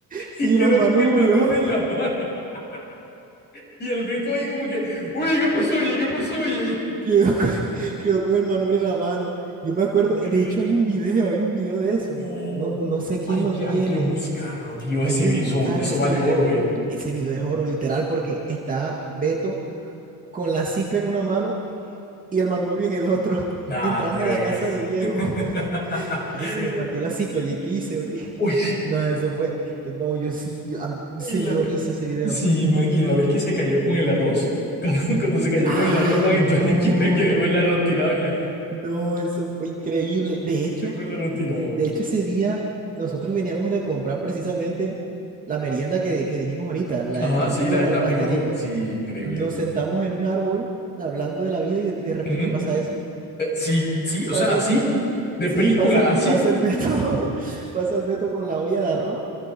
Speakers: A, on the right (about 20°); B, on the left (about 30°).
A: Sí,
B: y quedó
A: los manubrios.
B: con el manubrio en la mano. <laughs> Y el Beto ahí como que, oye, ¿qué pasó? Oye, ¿qué pasó? Oye.
A: <laughs> Quedó, con- quedó con el manubrio en la mano. Yo me acuerdo,
B: Literal.
A: de hecho hay un video, hay un video de eso.
B: No,
A: No, no sé quién
B: hay
A: lo
B: que,
A: tiene.
B: hay que buscarlo, tío.
A: Hay
B: Ese,
A: que
B: vi-
A: buscar
B: eso, eso
A: ese
B: vale
A: video.
B: oro, ¿eh?
A: Ese video es oro, literal, porque está Beto con la cicla en una mano y el manubrio en el otro, <laughs>
B: Nah,
A: entrando
B: tío.
A: a la
B: eh.
A: casa de Diego.
B: <laughs>
A: <laughs> ay se me partió la cicla, oye, ¿qué hice, oye?
B: Uy,
A: <laughs> No, eso fue, eh, no, yo sí, yo, a mí
B: y
A: sí
B: la,
A: me dio risa ese video.
B: sí, man, y la vez que se cayó con el arroz, <laughs> cuando, cuando se cayó con
A: Ay,
B: el arroz, van
A: no,
B: en toda la esquina que
A: no,
B: dejó el arroz tirado en la,
A: no, eso fue increíble. De
B: <laughs>
A: hecho,
B: dejó el arroz
A: de,
B: tirado.
A: de hecho ese día nosotros veníamos de comprar precisamente la merienda que, que dijimos ahorita, la
B: Ajá,
A: del Tampico
B: sí, la de
A: con
B: Tampico
A: el pastelito.
B: con, sí, increíble.
A: Nos sentamos en un árbol hablando de la vida y de, y de repente
B: Ujú.
A: pasa eso.
B: Eh, sí, sí, o
A: Pasa
B: sea, así,
A: el-
B: de
A: Sí,
B: película,
A: pasa el,
B: así.
A: pasa el Beto, <laughs> pasa el Beto con la olla de arroz